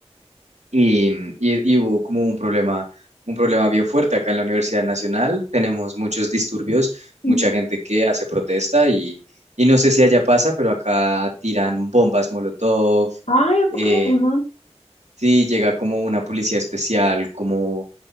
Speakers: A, on the right; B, on the left.
A: Y, mm, y- y hubo como un problema, un problema bien fuerte acá en la Universidad Nacional. Tenemos muchos disturbios,
B: Ujú.
A: mucha gente que hace protesta y, y no sé si allá pasa, pero acá tiran bombas Molotov.
B: Ay, ¿a poco?
A: eh,
B: Ujú.
A: sí, llega como una policía especial, como,